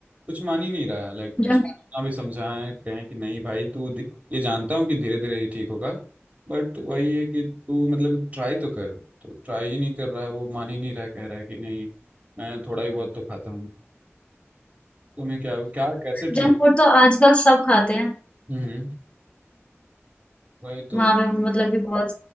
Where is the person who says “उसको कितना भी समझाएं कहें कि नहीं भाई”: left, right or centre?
Right